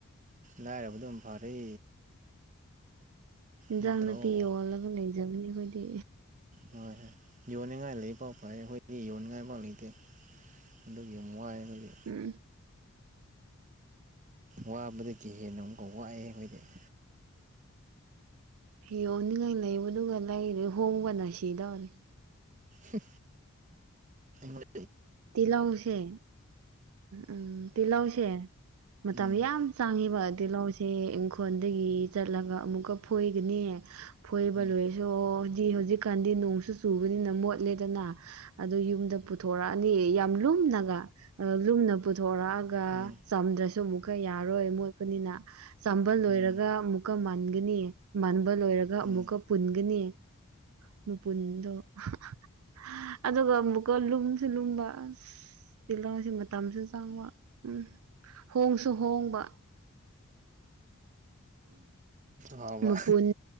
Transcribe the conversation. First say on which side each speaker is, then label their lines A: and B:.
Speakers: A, on the right; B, on the right.
A: ꯂꯥꯏꯔꯕꯗꯨꯝ ꯐꯔꯦ
B: ꯏꯟꯁꯥꯡ
A: ꯅꯠꯇ꯭ꯔꯣ
B: ꯅꯥꯄꯤ
A: ꯍꯣꯏ
B: ꯌꯣꯜꯂꯒ ꯂꯩꯖꯕꯅꯦ ꯑꯩꯈꯣꯏꯗꯤ
A: ꯍꯣꯏ ꯍꯣꯏ ꯌꯣꯅꯤꯡꯉꯥꯏ ꯄꯥꯎ ꯐꯥꯏ ꯑꯩꯈꯣꯏꯗꯤ ꯌꯣꯟꯉꯥꯏ ꯄꯥꯎ ꯂꯩꯇꯦ ꯑꯗꯨꯒꯤ ꯌꯥꯝ ꯋꯥꯑꯦ ꯑꯩꯈꯣꯏꯗꯤ
B: ꯎꯝ
A: ꯋꯥꯕꯗꯒꯤ ꯍꯦꯟꯅ ꯑꯃꯨꯛꯀ ꯋꯥꯏ ꯍꯥꯏꯗꯥꯏ
B: ꯌꯣꯟꯅꯤꯡꯉꯥꯏ ꯂꯩꯕꯗꯨ ꯂꯩꯔꯦ ꯍꯣꯡꯕꯅ ꯁꯤꯗꯧꯔꯦ
A: ꯍꯨ ꯍꯨ ꯑꯩ
B: ꯇꯤꯂꯥꯎꯁꯦ ꯎꯝ ꯇꯤꯂꯥꯎꯁꯦ ꯃꯇꯝ
A: ꯎꯝ
B: ꯌꯥꯝ ꯄꯡꯉꯦꯕ ꯇꯤꯜꯍꯧꯁꯦ ꯏꯪꯈꯣꯜꯗꯒꯤ ꯆꯠꯂꯒ ꯑꯃꯨꯛꯀ ꯐꯣꯏꯒꯅꯤ ꯐꯣꯏꯕ
A: ꯎꯝ
B: ꯂꯣꯏꯁꯣꯟ ꯗꯤ ꯍꯧꯖꯤꯛꯀꯥꯟꯗꯤ ꯅꯣꯡꯁꯨ ꯆꯨꯕꯅꯤꯅ ꯃꯣꯠꯂꯦꯗꯅ ꯑꯗꯣ ꯌꯨꯝꯗ ꯄꯨꯊꯣꯔꯛꯑꯅꯤ ꯌꯥꯝ ꯂꯨꯝ ꯂꯨꯝꯅꯒ ꯂꯨꯝꯅ ꯄꯨꯊꯣꯔꯛꯑꯒ
A: ꯎꯝ
B: ꯆꯥꯝꯗ꯭ꯔꯁꯨ ꯑꯃꯨꯛꯀ ꯌꯥꯔꯣꯏ ꯃꯣꯠꯄꯅꯤꯅ ꯆꯥꯝꯕ ꯂꯣꯏꯔꯒ
A: ꯎꯝ
B: ꯑꯃꯨꯛꯀ ꯃꯟꯒꯅꯤ ꯃꯟꯕ ꯂꯣꯏꯔꯒ
A: ꯎꯝ ꯎꯝ
B: ꯑꯃꯨꯛꯀ ꯄꯨꯟꯒꯅꯤ ꯃꯄꯨꯟꯗꯣ ꯑꯍꯥ ꯑꯍꯥ ꯑꯗꯨꯒ ꯑꯃꯨꯛꯀ ꯂꯨꯝꯁꯨ ꯂꯨꯝꯕ ꯇꯤꯜꯂꯧ ꯃꯇꯝꯁꯨ ꯆꯪꯕ ꯎꯝ ꯍꯣꯡꯁꯨ ꯍꯣꯡꯕ
A: ꯍꯥꯎꯕ
B: ꯎꯝ ꯃꯄꯨꯟ